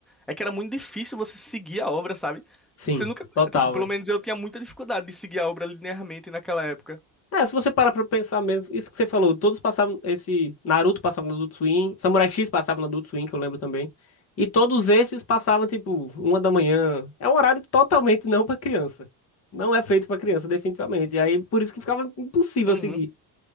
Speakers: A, in the centre; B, on the left.
A: É que era muito difícil você seguir a obra, sabe?
B: Sim,
A: Você nunca.
B: total,
A: Tipo, pelo
B: é.
A: menos eu tinha muita dificuldade de seguir a obra linearmente naquela época.
B: É, se você parar pra pensar mesmo, isso que você falou, todos passavam, esse Naruto passava no Adult Swim, Samurai X passava no Adult Swim, que eu lembro também. E todos esses passavam, tipo, uma da manhã. É um horário totalmente não pra criança. Não é feito pra criança, definitivamente. E aí, por isso que ficava impossível
A: Uhum.
B: seguir.